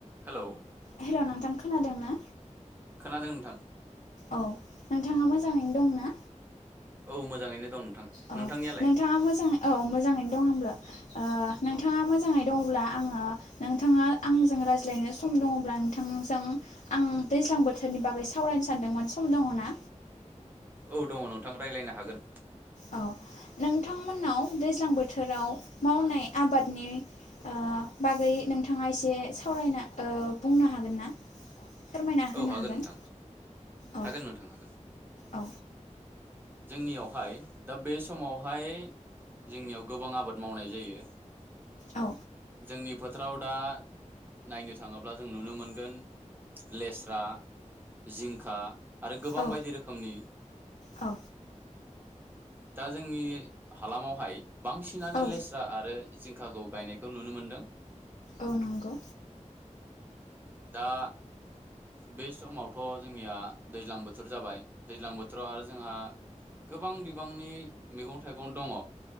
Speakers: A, on the right; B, on the left.
A: Hello
B: hello नोंथां खोनादों ना?
A: खोनादों नोंथां।
B: औ नोंथाङा मोजाङैनो दं ना?
A: औ मोजाङैनो दं। नोंथां
B: अ
A: नोंथांनियालाय
B: नोंथाङा मोजाङै औ मोजाङैनो दं आंबो। ओ नोंथाङा
A: औ
B: मोजाङै दङ अब्ला आङो नोंथाङा आंजों रायज्लायनो सम दङब्ला नोंथांजों आं दैज्लां बोथोरनि बागै सावरायनो सानदोंमोन सम दङ ना?
A: औ दङ नोंथां रायलायनो हागोन।
B: औ नोंथांमोननाव दैज्लां बोथोराव मावनाय आबादनि ओ बागै नोंथाङा एसे सावरायना ओ बुंनो हागोन ना? फोरमायना
A: औ
B: होनो हागोन
A: नोंथां
B: औ
A: हागोन नोंथां हागोन।
B: औ
A: जोंनियावहाय दा बे समावहाय जोंनियाव गोबां आबाद मावनाय जायो।
B: औ
A: जोंनि फोथाराव दा नायनो थाङोब्ला जों नुनो मोनगोन लेस्रा जिं खा आरो गोबां
B: औ
A: बायदि रोखोमनि
B: औ
A: दा जोंनि हालामावहाय बांसिनानो
B: औ
A: लेस्रा आरो जिंखाखौ गायनायखौ नुनो मोनदों।
B: औ नंगौ
A: दा बे समावथ' जोंनिया दैज्लां बोथोर जाबाय दैज्लां बोथोराव आरो जोंहा गोबां बिबांनि मैगं थाइगं दङ।